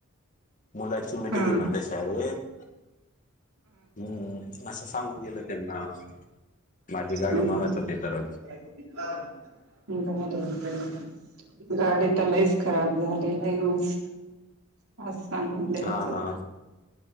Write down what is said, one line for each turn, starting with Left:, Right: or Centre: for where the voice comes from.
Left: मुलाची मिट
Right: हम्म
Left: ए म्हणतात शाळेत. हम्म असं सांगून दिलं त्यांना. माझी गाडी
Right: हम्म
Left: मागत होते तर.
Right: <unintelligible> गाडी त लयच खराब झालिये लयच म आस सांगून द्यायचं.
Left: हा ना